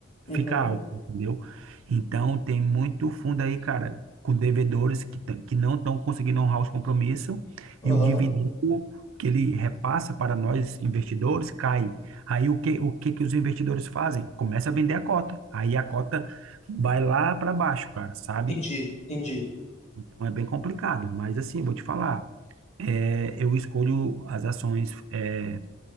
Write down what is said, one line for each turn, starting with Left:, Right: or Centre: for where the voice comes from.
Left: uhum,
Right: fica alto, entendeu? Então tem muito fundo aí, cara, com devedores que, tã- que não estão conseguindo honrar os compromissos
Left: aham.
Right: e o dividendo que ele repassa para nós investidores cai. Aí o que, o que que os investidores fazem? Começa a vender a cota. Aí a cota vai lá para baixo, cara, sabe?
Left: Entendi, entendi.
Right: Então é bem complicado, mas assim, vou te falar, é, eu escolho as ações é,